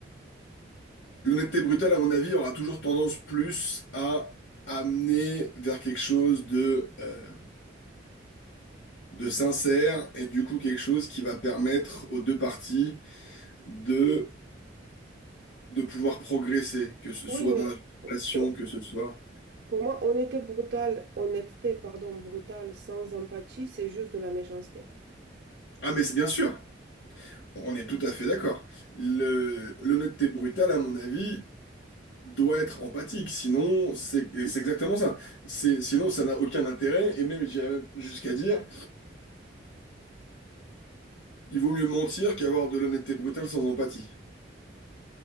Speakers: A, on the left; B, on the right.
A: L'honnêteté brutale, à mon avis, aura toujours tendance plus à amener vers quelque chose de, euh, de sincère et du coup quelque chose qui va permettre aux deux parties de, de pouvoir progresser, que ce
B: Oui,
A: soit
B: mais
A: dans la relation,
B: pour,
A: que ce soit...
B: pour moi, honnêteté brutale, honnêteté, pardon, brutale, sans empathie, c'est juste de la méchanceté.
A: Ah mais c'est bien sûr, on est tout à fait d'accord. Le, l'honnêteté brutale, à mon avis, doit être empathique, sinon c'est et c'est exactement ça. C'est, sinon ça n'a aucun intérêt et même j'irais même jusqu'à dire... Il vaut mieux mentir qu'avoir de l'honnêteté brutale sans empathie.